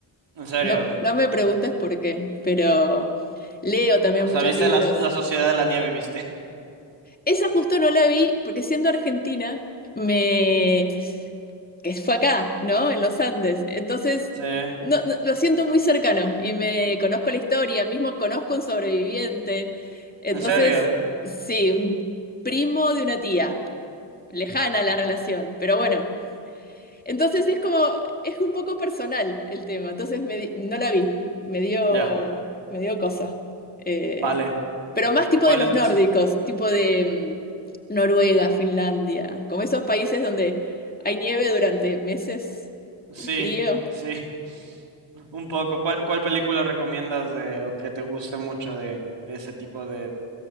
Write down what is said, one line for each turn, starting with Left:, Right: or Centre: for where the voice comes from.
Right: En serio.
Left: No, no me preguntes por qué, pero leo también
Right: O sea,
Left: muchos
Right: viste
Left: libros.
Right: la, la Sociedad de la Nieve, viste. <laughs>
Left: Esa justo no la vi porque siendo argentina, me... que fue acá, ¿no? En los Andes. Entonces,
Right: Sí. En
Left: no, no- lo siento muy cercano y me conozco la historia, mismo conozco un sobreviviente. Entonces,
Right: serio.
Left: sí, un primo de una tía, lejana la relación, pero bueno. Entonces es como, es un poco personal el tema, entonces me di- no la vi, me dio,
Right: Ya.
Left: me dio cosa. Eh,
Right: Vale.
Left: pero más tipo
Right: ¿Cuál
Left: de los
Right: entonces?
Left: nórdicos, tipo de mm, Noruega, Finlandia, como esos países donde hay nieve durante meses
Right: Sí.
Left: y frío.
Right: Sí. <laughs> Un poco. ¿Cuál, cuál película recomiendas de, o que te guste mucho de, de ese tipo de,